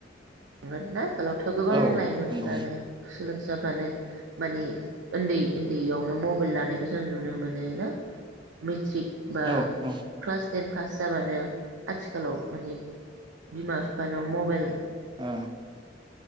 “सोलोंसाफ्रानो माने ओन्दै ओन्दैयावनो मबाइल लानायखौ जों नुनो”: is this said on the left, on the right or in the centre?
Right